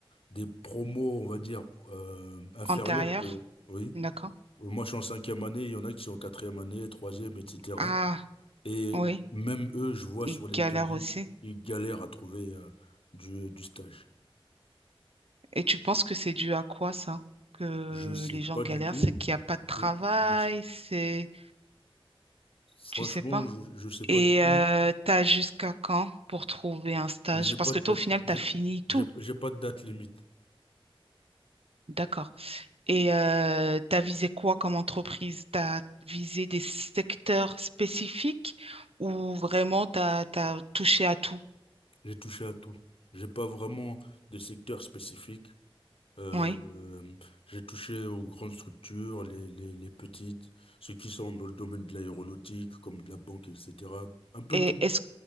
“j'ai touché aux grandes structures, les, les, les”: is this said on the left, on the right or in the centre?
Left